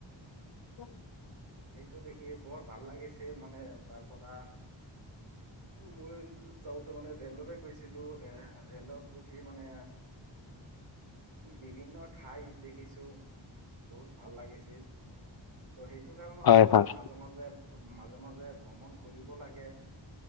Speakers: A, on the left; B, on the right.
A: অ।
B: সেইটো দেখি বৰ ভাল লাগিছে মানে তাৰ পৰা মই যাওঁতে মানে ৰেলৰে গৈছিলো। ৰেলত উঠি মানে বিভিন্ ঠাই দেখিছো বহুত ভাল লাগিছিল। ত' সেই কাৰণৰ
A: হয়
B: আমাৰ
A: হয়
B: মাজে মাজে মাজে মাজে যে ভ্ৰমণ কৰিব লাগে